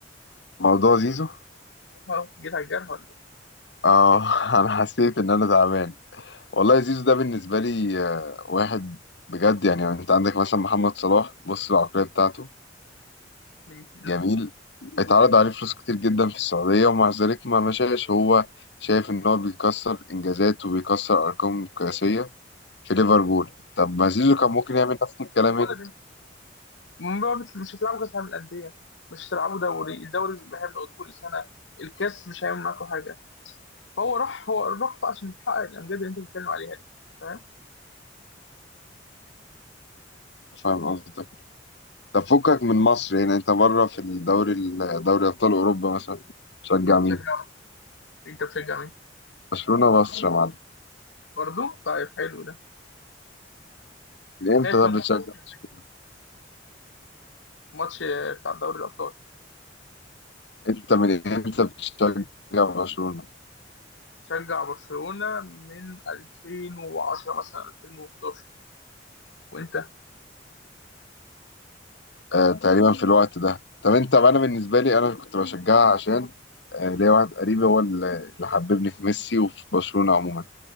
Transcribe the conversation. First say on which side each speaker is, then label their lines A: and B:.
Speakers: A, on the left; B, on the left.
A: موضوع زيزو
B: أه جيت على الجرح ولا إيه؟
A: اه <laughs> انا حسيت ان انا تعبان والله زيزو ده بالنسبة لي آه، واحد بجد يعني انت عندك مثلا محمد صلاح بص العقلية بتاعته
B: من- مم.
A: جميل اتعرض عليه فلوس كتير جدا في السعودية ومع ذلك ما مشاش هو شايف ان هو بيكسر انجازات وبيكسر ارقام قياسية في ليفربول طب ما زيزو كان ممكن يعمل نفس الكلام
B: ولا
A: هنا
B: ما بت- مش هتلعبوا كاس عالم الانديه مش هتلعبوا دوري الدوري احنا بناخده كل سنه الكاس مش هيعمل معاكم حاجه فهو راح هو راح بقى عشان يحقق الامجاد اللي انت بتتكلم عليها دي فاهم
A: فاهم قصدك طب فكك من مصر يعني انت بره في الدوري ال- دوري ابطال اوروبا مثلا بتشجع مين؟
B: تشجع مين؟ انت بتشجع مين
A: برشلونة مصر يا معلم
B: برضه طيب حلو ده
A: من امتى
B: خايف
A: ده
B: من
A: بتشجع
B: ماتش بكرة؟
A: برشلونة؟
B: الماتش بتاع دوري الابطال
A: انت من امتى بتشجع برشلونة؟
B: شجع برشلونه من 2010 مثلا 2011 وانت
A: آه، تقريبا في الوقت ده طب انت انا بالنسبه لي انا كنت بشجعها عشان آه، ليا واحد قريبي هو اللي اللي حببني في ميسي وفي برشلونه عموما